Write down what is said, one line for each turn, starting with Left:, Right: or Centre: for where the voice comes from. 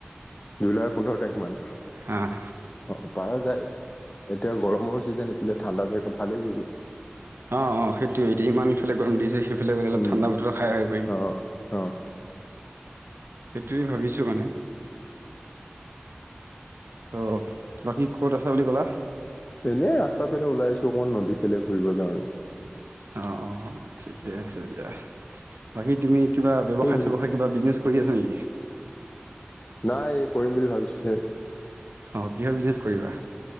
Left: জুলাইৰ পোন্ধৰ তাৰিখ মান।
Right: অঁ
Left: অ'পাৰা যায়, এতিয়া গৰমৰ চিজন এইফালে ঠাণ্ডা জেগা ভালেই কৰিলোঁ।
Right: অ', অ', সেইটোয়ে এতিয়া ইমান ইফালে গৰম দি আছে সেই সেইফালে গ'লে অলপ
Left: উম,
Right: ঠাণ্ডা বতৰ খাই আহিব পাৰিম।
Left: অ', অ'।
Right: সেইটোৱে ভাবিছোঁ মানে। ত' বাকি ক'ত আছে বুলি ক'লা।
Left: এনেই ৰাস্তাৰ ফালে ওলাই আহিছোঁ অকমান নদীৰ ফালে ঘূৰিব যাওঁ আৰু।
Right: অ অ' ঠিকে আছে দিয়া বাকী তুমি কিবা ব্যৱসায়
Left: বুজিলি
Right: চেৱসায় কিবা বিজনেছ কৰি আছা নেকি।
Left: নাই কৰিম বুলি ভাবিছোঁহে।
Right: অ' কিহৰ বিজনেচ কৰিবা।